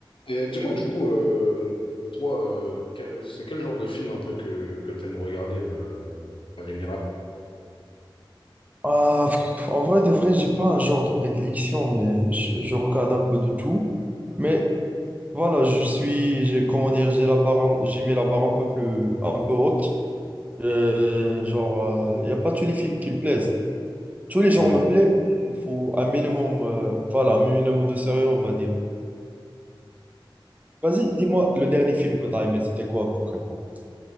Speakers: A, on the left (about 80°); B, on the right (about 15°).
A: Et dis-moi, du coup, euh, toi, euh, quel- c'est quel genre de film un peu que, que t'aimes regarder euh, en général?
B: Ah, pff, en vrai de vrai, j'ai pas un genre de prédilection, mais je, je regarde un peu de tout. Mais voilà, je suis, j'ai, comment dire, j'ai la barre, un- j'ai mis la barre un peu plus, un peu haute. Euh, genre, il n'y a pas tous les films qui me plaisent. Tous les genres
A: Ouais.
B: me plaisent, mais il faut un minimum, euh, voilà, un minimum de sérieux, on va dire. Vas-y, dis-moi, le dernier film que tu as aimé, c'était quoi concrètement?